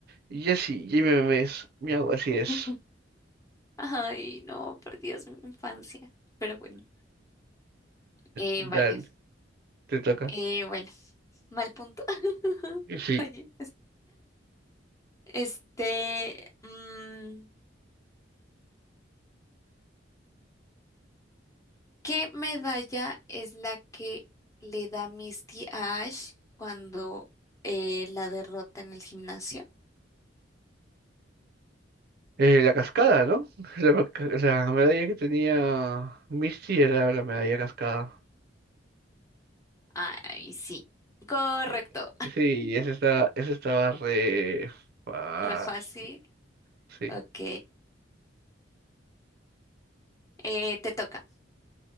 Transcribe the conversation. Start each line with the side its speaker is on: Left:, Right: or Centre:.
Right: Y así, y me memes, miau, así
Left: <laughs>
Right: es.
Left: Ay, no, perdidas mi infancia. Pero bueno, eh,
Right: Dale,
Left: vale.
Right: te toca.
Left: Eh, bueno, mal punto. <laughs>
Right: Sí,
Left: Oye, este, mm, ¿qué medalla es la que le da Misty a Ash cuando eh, la derrota en el gimnasio?
Right: eh, la cascada, ¿no? <laughs> La, ca- la medalla que tenía Misty era la medalla cascada.
Left: Ay, sí. Correcto.
Right: Eh, Sí, ese estaba, ese estaba re fácil.
Left: <laughs> Re fácil.
Right: Sí.
Left: Ok. Eh, te toca.